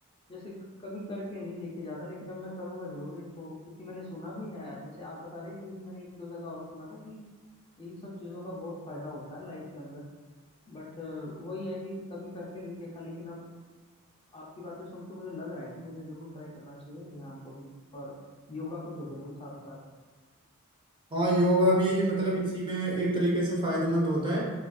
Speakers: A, on the left; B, on the right.
A: जैसे क- कभी करके नहीं देखे ज्यादा लेकिन अब मैं करूंगा जरूर इनको क्योंकि मैंने सुना भी है जैसे आप बता रहे हैं कि मैंने एक दो जगह और सुना था कि इन सब चीजों का बहुत फायदा होता है लाइफ के अंदर बट वही है कि कभी करके नहीं देखा लेकिन अब आपकी बातें सुन के मुझे लग रहा है कि मुझे जरूर ट्राई करना चाहिए ध्यान को भी और योगा को तो जरूर साथ साथ
B: हाँ योगा भी मतलब
A: तो
B: इसी में एक तरीके से फायदेमंद होता है